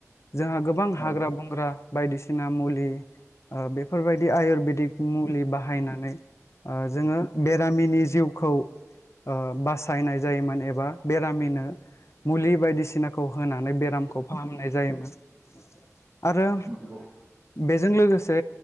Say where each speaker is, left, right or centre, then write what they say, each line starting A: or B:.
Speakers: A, on the left (about 60°); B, on the left (about 45°).
A: जोंहा गोब बां
B: औ
A: हाग्रा बंग्रा बायदिसिना मुलि ओ बेफोरबायदि आयुरवेदिक मुलि बाहायनानै ओ जोङो बेरामिनि जिउखौ ओ बासायनाय जायोमोन एबा बे रामिनो मुलि बायदिसिनाखौ होनानै बेरामखौ फाहामनाय जायोमोन। आरो
B: नोंगौ। <unintelligible>
A: बेजों लोगोसे